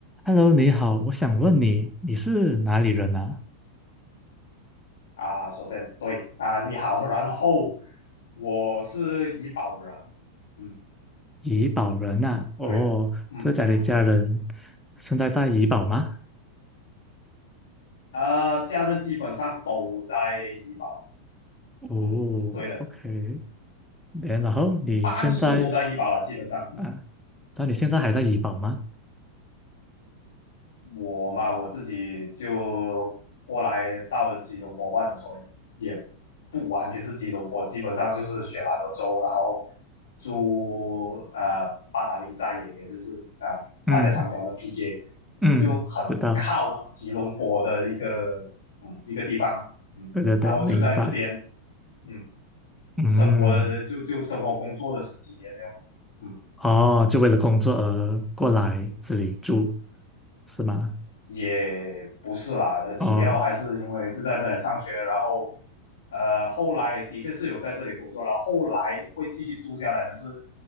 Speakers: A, in the centre; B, on the left.
A: Hello，你好，我想问你，你是哪里人啊？
B: 啊，首先对啊，你好，然后我是医保人，嗯，
A: 怡保人啊？哦，
B: 对的，嗯嗯嗯，
A: 这家的家人现在在怡保吗？
B: 呃，家人基本上都在医保，
A: 哦，OK，
B: 嗯，对的，
A: 然然后你现在
B: 半数都在医保了，基本上，
A: 啊，那你现在还在怡保吗？
B: 我嘛，我自己就过来到了吉隆坡，或者说也不完全是吉隆坡，基本上就是雪兰莪州，然后住呃八达岭寨也，也就是啊、呃大家常讲的
A: 嗯
B: PJ，
A: 嗯，
B: 就很靠吉隆坡的一个嗯一个地方，
A: 知道，
B: 嗯，
A: 对对对，
B: 然后就在这边
A: 明白。
B: 嗯
A: 嗯，
B: 生活了就就生活工作了十几年那种，嗯。
A: 哦，就为了工作而过来这里住，是吗？
B: 也不是啦，主要还是因为就在这里上学，
A: 哦，
B: 然后呃后来的确是有在这里工作，了，后后来会继续住下来但是，